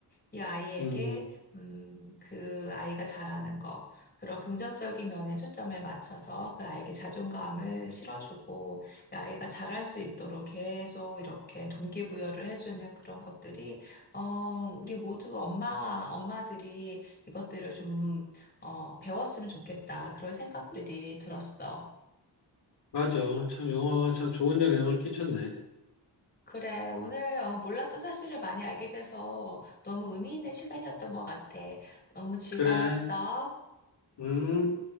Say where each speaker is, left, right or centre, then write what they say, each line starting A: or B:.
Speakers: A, on the left; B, on the left.
A: 이 아이에게,
B: 음.
A: 음, 그 아이가 잘하는 거, 그런 긍정적인 면에 초점을 맞춰서 그 아이에게 자존감을 실어주고, 이 아이가 잘할 수 있도록 계속 이렇게 동기부여를 해주는 그런 것들이 어, 우리 모두 엄마와 엄마들이 이것들을 좀, 어, 배웠으면 좋겠다. 그런 생각들이 들었어.
B: 맞아. 참 영화가 참 좋은 영향을 끼쳤네.
A: 그래, 오늘 어, 몰랐던 사실을 많이 알게 돼서 너무 의미 있는 시간이었던 것 같아. 너무 즐거웠어.
B: 그래. 음.